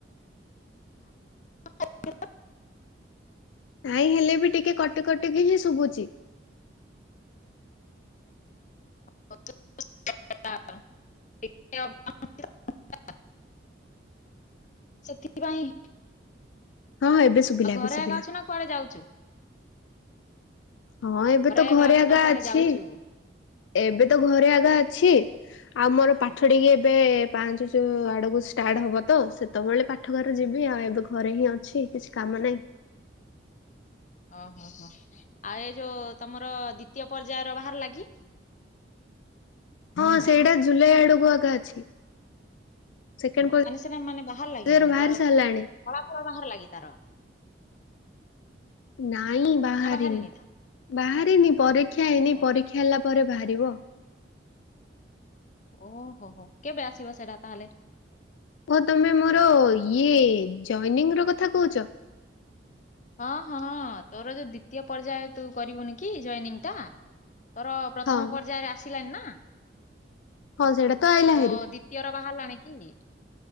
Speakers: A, on the left; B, on the left.
A: <unintelligible>
B: ନାଇଁ ହେଲେ ବି ଟିକେ କଟି କଟିକି ହିଁ ଶୁଭୁଛି।
A: <unintelligible>
B: <unintelligible>
A: ସେଥିପାଇଁ
B: ହଁ ଏବେ ଶୁଭିଲା
A: ଆଉ ଘରେ
B: ଏବେ ଶୁଭିଲା।
A: ଏକା ଅଛୁ ନା କୁଆଡେ ଯାଉଛୁ?
B: ହଁ ଏବେ ତ
A: ଏକା
B: ଘରେ
A: ଅଛୁ
B: ଆଗା
A: ନା କୁଆଡେ
B: ଅଛି।
A: ଯାଉଛୁ?
B: ଏବେ ତ ଘରେ ଆଗା ଅଛି ଆଉ ମୋର ପାଠ
A: ହୁଁ।
B: ଟିକି ଏବେ ପାଞ୍ଚ ଯାଉ ଆଡକୁ ଷ୍ଟାର୍ଟ ହବ ତ ସେତେବେଳେ ପାଠଗାର ଯିବି ଆଉ ଏବେ ଘରେ ହିଁ ଅଛି କିଛି କାମ ନାହିଁ।
A: ଓହୋ ହୋ ଆଉ ଏ ଯୋଉ ତମର ଦ୍ଵିତୀୟ ପର୍ଯ୍ୟାୟ ର ବାହାରିଲା କି?
B: ହଁ ସେଇଟା ଜୁଲାଇ
A: ସେ
B: ଆଡକୁ ଏକା ଅଛି। ସେକେଣ୍ଡ
A: ଓ ମାନେ ସେଟ ମାନେ ବାହାର
B: ପର୍ଯ୍ୟାୟରୁ
A: ଲାଗେ ମାନେ
B: ବାହାରି
A: ତାର
B: ସାରିଲାଣି
A: ଫଳା ଫଳା ବାହାର ଲାଗି ତାର।
B: ନାଇଁ ବାହାରିନି।
A: ନା ତା
B: ବାହାରିନି ପରୀକ୍ଷା ହେଇନି
A: ଓ
B: ପରୀକ୍ଷା ହେଲା ପରେ ବାହାରିବ।
A: ଓହୋ ହୋ କେବେ ଆସିବ ସେଇଟା ତାହେଲେ?
B: ଓ ତମେ ମୋର ଇଏ ଜନିଂ ର କଥା କହୁଛ।
A: ହଁ ହଁ ତୋର ଯୋଉ ଦ୍ଵିତୀୟ ପର୍ଯ୍ୟାୟ ତୁ କରିବୁନି କି ଜନିଂ ଟା। ତୋର ପ୍ରଥମ
B: ହଁ
A: ପର୍ଯ୍ୟାୟରେ ଆସିଲାଣିି ନାଁ।
B: ହଁ ସେଇଟା ଆଇଲା
A: ତ
B: ହେରି
A: ଦ୍ଵିତୀୟ ର ବାହାରିଲାଣି କି?